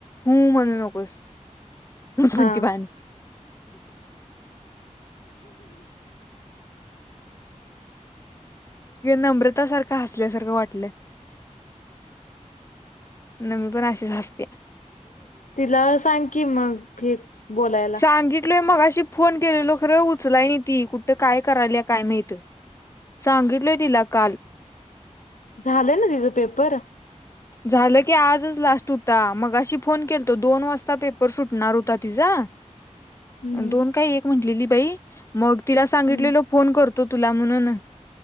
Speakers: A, on the left (about 20°); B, on the left (about 85°).
A: ह म्हणू नकोस कोणती
B: हा
A: पाणी नम्रता सारखं हसल्यासारखं वाटलं. न मी पण अशीच हासते.
B: तिला सांग की मग हे बोलायला.
A: सांगितलोय मगाशी फोन केलेलो खरं उचलाय नाही ती कुठ काय करायल काय मात. सांगितलोय तिला काल.
B: झालंय ना तिचं पेपर
A: झालं की आजच लास्ट होता मगाशी फोन केल तो दोन वाजता पेपर सुटणार होता तिचा
B: हम्म
A: दोन काही एक म्हटलेली बाई मग. तिला सांगितलेलो
B: हम्म
A: फोन करतो तुला म्हणून